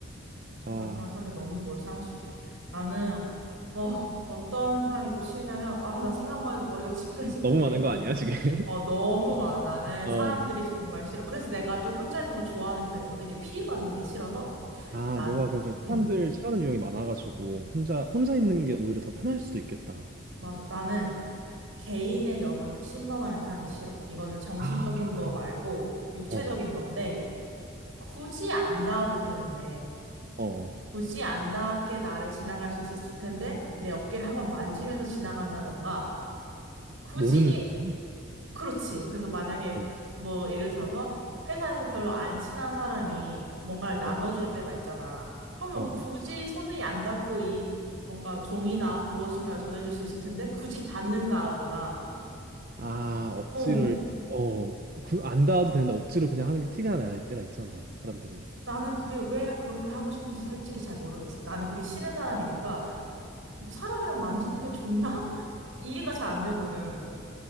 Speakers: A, on the right; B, on the right.
A: 정말
B: 아
A: 그런 사람들 너무 몰상식해. 나는 어, 어떤 사람이 또 싫냐면 아, 나 생각만 해도 머리가 지끈지끈해.
B: 너무 많은 거 아니야, 지금? <laughs>
A: 어, 너무 많아. 나는
B: 어.
A: 사람들이 정말 싫어. 그래서 내가 좀 혼자 있는 걸 좋아하는 편이거든. 이렇게 피해받는 게 싫어서
B: 아,
A: 난
B: 너가 그
A: 음,
B: 사람들 싫어하는 유형이 많아가지고 혼자 혼자 있는 게 오히려 더 편할 수도 있겠다.
A: 맞아. 나는 개인의 영역을 침범하는 사람이 싫어. 이거는 정신적인
B: 아,
A: 거 말고 육체적인
B: 어,
A: 건데 굳이 안 닿아도 되는데
B: 어, 어,
A: 굳이 안 닿게 나를 지나갈 수 있었을 텐데 내 어깨를 한번 만지면서 지나간다던가 굳이
B: 모르는 사람이?
A: 그렇지. 그래서 만약에
B: 어,
A: 뭐 예를 들어서 회사에서 별로 안 친한 사람이 뭔가를 나눠줄
B: 어,
A: 때가 있잖아. 그러면
B: 어, 어.
A: 굳이 손이 안 닿고 이 뭔가 종이나 무엇인가를 전해줄 수 있을 텐데 굳이 닿는다거나,
B: 아, 억지를,
A: 어,
B: 어, 그, 안 닿아도 되는데 억지로 그냥 하는 게 티가 날 때가 있잖아, 사람들이.
A: 나는 그게 왜 그렇게 하고 싶은지 솔직히 잘 모르겠어. 나는 그게 싫은 사람이니까 뭐 사람이랑 만지는 게 좋나? <laughs> 이해가 잘 안 되거든.